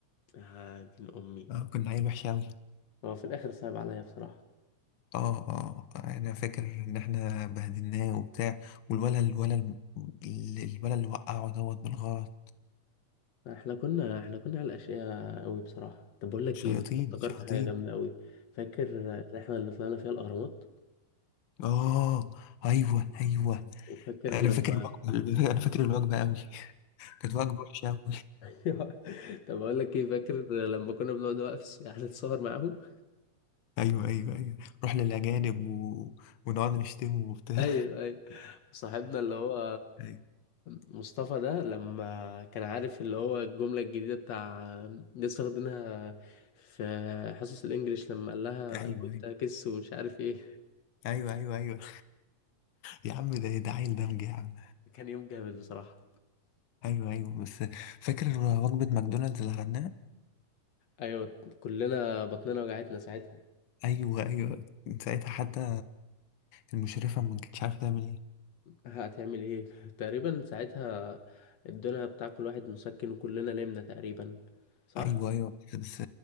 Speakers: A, on the left (about 60°); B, on the left (about 80°).
A: آه دين امي
B: آه، كنا عيل وحش قوي
A: هو في الاخر صعب عليا بصراحه
B: اه اه آه. انا فاكر ان احنا بهدلناه وبتاع والولد الولد الولد اللي وقعه دوت بالغلط
A: احنا كنا احنا كنا على الاشياء قوي بصراحه طب بقول لك
B: شياطين
A: ايه افتكرت
B: شياطين
A: حاجه جامده قوي فاكر الرحله اللي طلعنا فيها الاهرامات
B: اه ايوه ايوه
A: وفاكر
B: انا
A: لما
B: فاكر الوجبه <laughs> انا فاكر الوجبه قوي كانت وجبه وحشه قوي
A: <laughs> طب اقول لك ايه فاكر لما كنا بنقعد بقى في السوق- يعني نتصور معاهم
B: ايوه ايوه ايوه رحنا للاجانب و... <laughs> ونقعد نشتمه وبتاع
A: ايوه ايوه صاحبنا اللي هو
B: ايوه
A: مصطفى ده لما كان عارف اللي هو الجملة الجديدة بتاع لسه واخدينها في حصص الانجليش لما قال لها
B: ايوه
A: اي ونت كيس ومش عارف ايه
B: ايوه ايوه ايوه ايوه يا عم ده ده عيل دمج يا عم
A: كان يوم جامد بصراحة
B: ايوه ايوه بس فاكر وجبه ماكدونالدز اللي خدناها
A: ايوه كلنا بطننا وجعتنا ساعتها
B: ايوه ايوه من ساعتها حتى المشرفه ما كانتش عارفه تعمل ايه
A: هتعمل ايه <laughs> تقريبا ساعتها ادونا بتاع كل واحد مسكن وكلنا نمنا تقريبا صح
B: ايوه ايوه بس بس